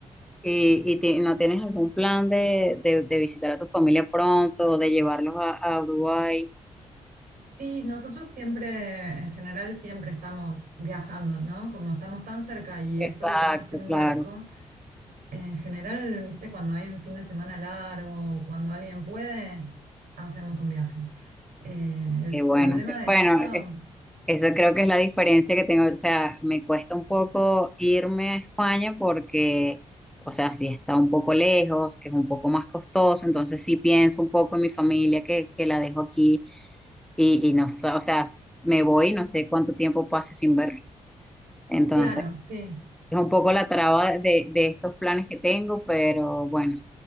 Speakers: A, in the centre; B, on the right.
A: ¿Y, y ti- no tienes algún plan de, de, de visitar a tu familia pronto, de llevarlos a, a Uruguay?
B: Sí, nosotros siempre, en general, siempre estamos viajando, ¿no? Como estamos tan cerca y
A: Exacto,
B: es solo tomarse un
A: claro.
B: barco, en general, viste, cuando hay un fin de semana largo, o cuando alguien puede, hacemos un viaje. Eh, el
A: Qué
B: problema
A: bueno, qué
B: de
A: bueno,
B: eso...
A: es- eso creo que es la diferencia que tengo, o sea, me cuesta un poco irme a España porque, o sea, sí está un poco lejos, es un poco más costoso, entonces sí pienso un poco en mi familia que, que la dejo aquí y, y no sé, o sea, s- me voy y no sé cuánto tiempo pase sin verlos. Entonces,
B: Claro, sí,
A: es un poco la traba de, de estos planes que tengo, pero bueno,